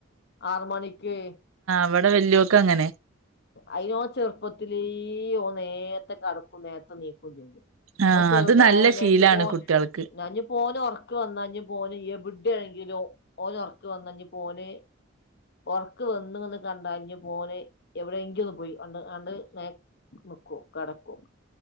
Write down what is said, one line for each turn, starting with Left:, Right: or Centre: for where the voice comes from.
Left: ആറ് മണി <unintelligible>
Right: അവിടെ വല്ല്യോ അങ്ങനെ
Left: അയ്യോ ഓൻ ചെറുപ്പത്തിലേ ഓൻ നേരത്തെ കടക്കും നേരത്തെ എണീക്കും ചെയ്യും
Right: ആഹ്
Left: ഓ ചെറുതായന്ന
Right: അത് നല്ല ശീലാണ്
Left: അഞ് ഓന്
Right: കുട്ടികൾക്ക്
Left: അഞ്ഞ് ഓന് ഉറക്ക് വന്ന ഓൻ എവിടെയാണെങ്കിലും ഓന് ഉറക്ക വന്ന ഞ് ഓന് ഉറക്ക് വന്ന് ന്ന് കണ്ടാഞ്ഞ് ഓന് എവിടെ എങ്കിലന്ന് പോയി കണ്ട് നിക്കും കടക്കും